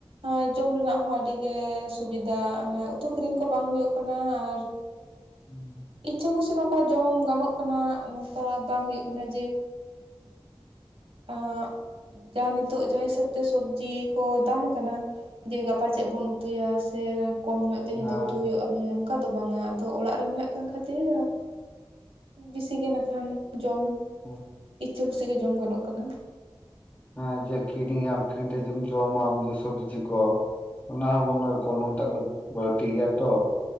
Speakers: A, on the right; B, on the left.
A: ᱟᱨ ᱡᱚᱢ ᱨᱮᱱᱟᱜ ᱦᱚᱸ ᱟᱹᱰᱤ ᱜᱮ ᱥᱩᱵᱤᱫᱷᱟ ᱢᱟᱱᱮ ᱩᱛᱩ ᱠᱤᱨᱤᱧ ᱠᱚ ᱵᱟᱝ ᱦᱩᱭᱩᱜ ᱠᱟᱱᱟ ᱟᱨ
B: <inaudible>
A: ᱤᱪᱪᱷᱟᱹ ᱠᱩᱥᱤ ᱱᱚᱝᱠᱟ ᱡᱚᱢ ᱜᱟᱱᱚᱜ ᱠᱟᱱᱟ ᱱᱚᱝᱠᱟ ᱵᱟᱝ ᱦᱩᱭᱩᱜ ᱠᱟᱱᱟ ᱡᱮ ᱮ ᱡᱟᱦᱟᱸ ᱱᱤᱛᱚᱜ ᱡᱟᱦᱟᱸ ᱦᱤᱥᱟᱹᱵ ᱛᱮ ᱥᱚᱵᱡᱤ ᱠᱚ ᱫᱟᱢ ᱟᱠᱟᱱᱟ᱾ ᱡᱮ ᱜᱟᱯᱟ ᱪᱮᱫ ᱵᱚᱱ ᱩᱛᱩᱭᱟ ᱥᱮ ᱠᱚᱢ ᱧᱚᱜ ᱛᱮᱦᱮᱧ
B: ᱦᱮᱸ
A: ᱫᱚ ᱩᱛᱩ ᱦᱩᱭᱩᱜᱼᱟ ᱱᱚᱝ ᱠᱟ ᱫᱚ ᱵᱟᱝᱟ ᱟᱫᱚ ᱚᱲᱟᱜ ᱨᱮ ᱢᱮᱱᱟᱜ ᱠᱟᱱ ᱠᱷᱟᱹᱛᱤᱨ ᱵᱤᱥᱤᱜᱮ ᱱᱟᱠᱷᱟᱱ ᱡᱚᱢ᱾
B: ᱦᱮᱸ
A: ᱤᱪᱷᱟ. ᱠᱩᱥᱤ ᱜᱮ ᱡᱚᱢ ᱜᱟᱱᱚᱜ ᱠᱟᱱᱟ᱾
B: ᱦᱮᱸ ᱡᱮ ᱠᱤᱨᱤᱧ ᱟᱢ ᱠᱤᱨᱤᱧ ᱠᱟᱛᱮ ᱡᱚᱢ ᱟᱢ ᱡᱮ ᱥᱚᱵᱡᱤ ᱠᱚ᱾ ᱚᱱᱟ ᱦᱚᱸ ᱜᱚᱱᱚᱝ ᱴᱟᱜ ᱫᱚ ᱵᱟᱹᱲᱛᱤ ᱜᱮᱭᱟ ᱛᱚ᱾